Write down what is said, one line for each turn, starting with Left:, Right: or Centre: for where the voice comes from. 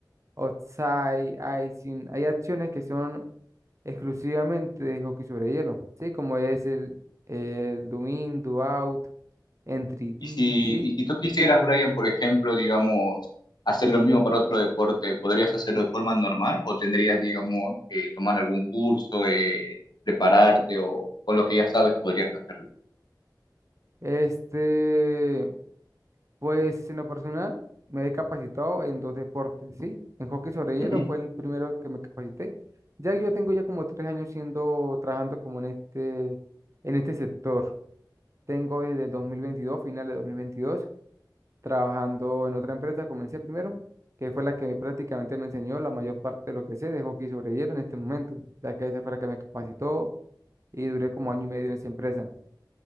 Right: offside, icing. Hay acciones que son exclusivamente de hockey sobre hielo, ¿sí? Como es el, el do in, do out, entry D,
Left: Y si,
Right: ¿sí?
Left: y si tú quisieras, Brian, por ejemplo, digamos, hacer lo mismo para otro deporte, ¿podrías hacerlo de forma normal o tendrías, digamos, que tomar algún curso, eh, prepararte o con lo que ya sabes podrías hacerlo?
Right: Este, Pues en lo personal me he capacitado en dos deportes, ¿sí? En hockey sobre
Left: Ujú.
Right: hielo fue el primero que me capacité. Ya yo tengo ya como tres años siendo, trabajando como en este, en este sector. Tengo desde el 2022 final de 2022 trabajando en otra empresa. Comencé primero, que fue la que prácticamente me enseñó la mayor parte de lo que sé de hockey sobre hielo en este momento, ya que esa fue la que me capacitó y duré como año y medio en esa empresa.